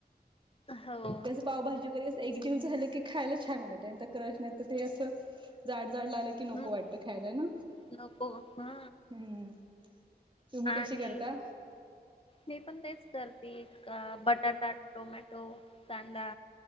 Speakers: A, on the left; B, on the right.
A: हाहो.. <unintelligible>
B: पावभाजी वगैरे अस एकजीव झालं की खायला छान वाटे नाही तर क्रश नाही तर ते असं जाड- जाड लागलं कि नोको
A: हम्म
B: वाट खायला ना
A: नको हा
B: हम्म. तुम्ही
A: आणि,
B: कशी करता
A: मी पण तेच करते बटाटा, टोमॅटो, कांदा